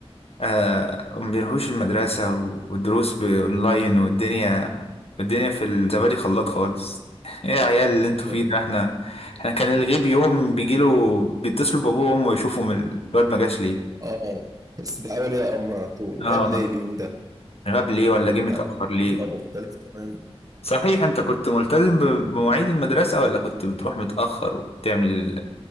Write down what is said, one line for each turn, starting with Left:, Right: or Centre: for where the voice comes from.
Left: آه ما بيروحوش المدرسة و- والدروس بأونلاين والدنيا والدنيا في الزبادي خلاط خالص <laughs> ايه يا عيال اللي انتوا
Right: طب
Left: فيه ده احنا احنا كان الغيب يوم بيجيله بيتصلوا بابوه وامه يشوفوا من الواد ما جاش ليه
Right: اه بس ده اول يا امر على طول
Left: اه
Right: غاب ليه اليوم ده
Left: غاب ليه ولا جه متأخر
Right: لا
Left: ليه
Right: بيبقى مختلف تماما
Left: صحيح انت كنت ملتزم ب- بمواعيد المدرسة ولا كنت بتروح متأخر وبتعمل